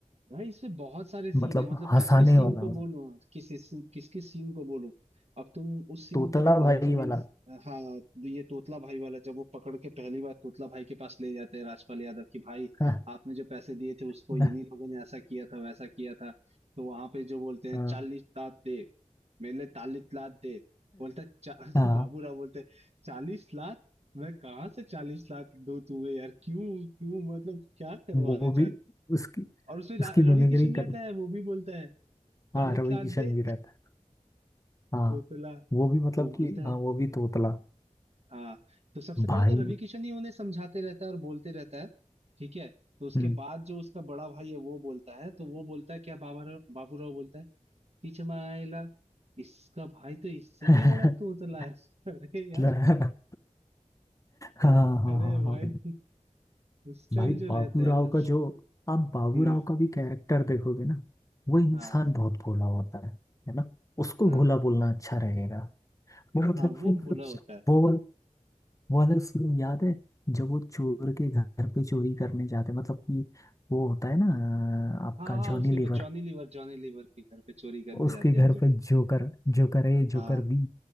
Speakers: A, on the right; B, on the left.
A: भाई इसमें बहुत सारे सीन
B: मतलब
A: है मतलब
B: हंसाने
A: किस किस सीन
B: वाला
A: को बोलूं किस किस किस सीन को बोलूं अब तुम उस सीन
B: तोतला
A: तक
B: भाई
A: मतलब
B: वाला
A: इन हाँ ये तोतला भाई वाला जब वो पकड़ के पहली बार तोतला भाई के पास ले जाते हैं राजपाल यादव की भाई
B: हाँ
A: आपने जो पैसे दिए थे उसको
B: <laughs>
A: इन्हीं लोगों ने ऐसा किया था वैसा किया था तो वहां पे जो बोलते हैं
B: हाँ
A: चालीस लाख दे मेरे लिए तालीस लाख दे बोलता है, चा... <laughs>
B: हाँ,
A: तो बाबूराव बोलते हैं, चालीस लाख मैं कहाँ से चालीस लाख दूं तुम्हें यार क्यों क्यों मतलब क्या करवाने
B: वो भी उसकी
A: और उसमें रा-
B: उसकी
A: रवि
B: मिमिक्री
A: किशन रहता
B: कर
A: है वो भी बोलता है दालित
B: हाँ रवि
A: लाद
B: किशन
A: दे
B: भी रहता है हाँ
A: तोतला
B: वो भी मतलब
A: तो बोलता
B: कि
A: है
B: हाँ वो भी तोतला
A: हाँ तो सबसे पहले
B: भाई
A: तो रवि किशन ही उन्हें समझाते रहता है और बोलते रहता है ठीक है तो उसके
B: हम्म
A: बाद जो उसका बड़ा भाई है वो बोलता है तो वो बोलता है क्या बाबा राव बाबू राव बोलता है टीचमाइला इसका भाई तो इससे
B: <laughs>
A: भी बड़ा तोतला है <laughs> अरे यार
B: हाँ हाँ हाँ
A: अरे भाई
B: हाँ
A: उस टाइम
B: भाई
A: जो
B: बाबू
A: रहता
B: राव
A: है ना
B: का जो आप बाबू
A: हम्म
B: राव का भी कैरेक्टर देखोगे ना वो इंसान
A: हाँ
B: बहुत भोला होता है है ना उसको
A: हाँ
B: भोला बोलना अच्छा रहेगा वो मतलब
A: हाँ वो
B: कि
A: भोला होता है
B: वो वो वाला सीन याद है जब वो चोर के घर पे चोरी करने जाते हैं मतलब कि वो होता है ना अ, आपका
A: हाँ हाँ
B: जॉनी
A: उसके बाद
B: लीवर
A: जॉनी लीवर जॉनी लीवर के घर पे चोरी करने
B: उसके
A: जाते
B: घर
A: हैं जो
B: पे joker joker A
A: हाँ
B: joker B